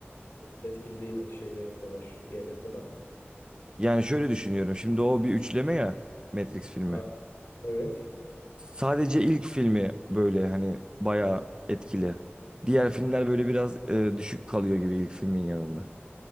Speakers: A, on the left; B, on the right.
A: e, etkili değil yani şeyler kadar diğerleri kadar mı?
B: Yani şöyle düşünüyorum. Şimdi o bir üçleme ya Matrix filmi.
A: A- evet.
B: Sadece ilk filmi böyle hani bayağı etkili. Diğer filmler böyle biraz e, düşük kalıyor gibi ilk filmin yanında.